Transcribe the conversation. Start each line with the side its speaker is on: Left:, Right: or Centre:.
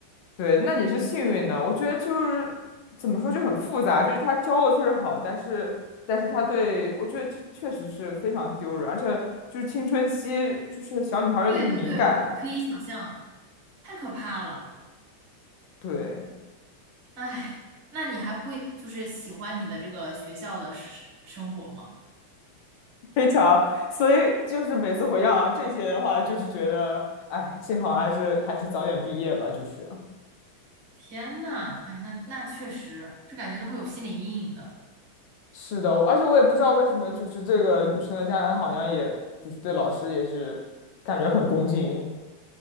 Left: 对，那你是幸运的。我觉得就是怎么说就很复杂，就是他教的确实好，但是但是他对我觉得这确实是非常丢人，而且就是青春期，就是小女孩儿又那么敏感，
Right: 对对对，我可以想象，太可怕了。
Left: 对，
Right: 哎，那你还会就是喜欢你的这个学校的生生活吗？
Left: 非常，所以就是每次回想到这些的话，就是觉得，哎，幸好还是还是早点毕业吧，就是。
Right: 天呐，哎，那那确实是感觉都会有心理阴影的。
Left: 是的，而且我也不知道为什么，就是这个女生的家长，她好像也就是对老师也是感觉很恭敬。